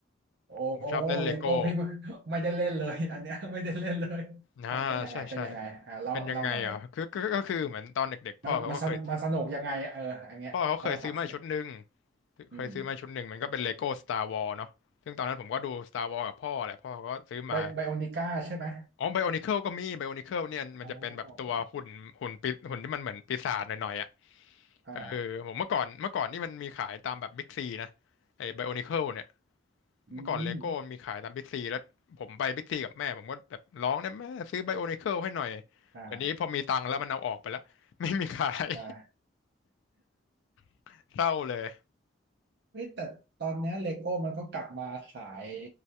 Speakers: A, on the right (about 55°); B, on the left (about 70°).
A: โอ้
B: ผมชอบเล่นเลโก้
A: เลโก้พี่ไม่ไม่ได้เล่นเลยอันเนี้ยไม่ได้เล่นเลย
B: นะใช่ใช่
A: มันเป็นยังไงเป็นยังไงอ่าเล่าเล่ามาเลย
B: เป็นยังไงอ่ะคือก็ก็คือเหมือนตอนเด็กๆพ่อเขาก็เคย
A: มันมาสนมาสนุกยังไงเอออันเนี้ยเล่าความสนุก
B: พ่อเขาเคยซื้อมาชุดหนึ่ง
A: อืม
B: เคยซื้อมาชุดหนึ่งมันก็เป็นเลโก้ Star Wars เนาะซึ่งตอนนั้นผมก็ดู Star Wars กับพ่อแหละพ่อก็ซื้อมา
A: ไบไบโอนิก้าใช่ไหม
B: อ๋อไบโอนิเคิลก็มีไบโอนิเคิลเนี่ยมันจะเป็นแบบตัวหุ่นหุ่นปีหุ่นที่มันเหมือนปีศาจหน่อยๆอ่ะ
A: อ๋ออ๋ออ่า
B: เออผมเมื่อก่อนเมื่อก่อนนี่มันมีขายตามแบบบิ๊กซีนะไอ้ไบโอนิเคิลเนี่ย
A: อืม
B: เมื่อก่อนเลโก้มีขายตามบิ๊กซีแล้วผมไปบิ๊กซีกับแม่ผมก็แบบร้องนะแม่ซื้อไบโอนิเคิลให้หน่อย
A: อ่า
B: เดี๋ยวนี้พอมีตังค์แล้วมันเอาออกไปแล้ว <laughs> ไม่มีขาย
A: อ่า
B: <laughs> เศร้าเลย
A: เฮ้ยแต่ตอนเนี้ยเลโก้มันก็กลับมาขาย